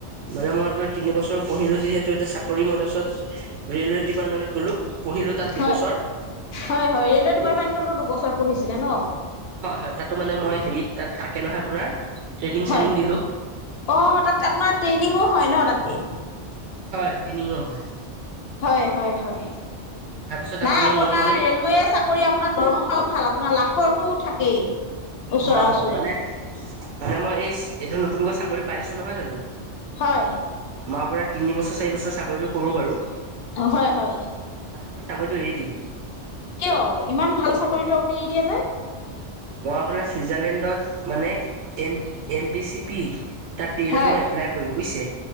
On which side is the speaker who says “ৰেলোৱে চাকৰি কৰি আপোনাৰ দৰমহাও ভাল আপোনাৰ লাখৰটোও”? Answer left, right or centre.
Left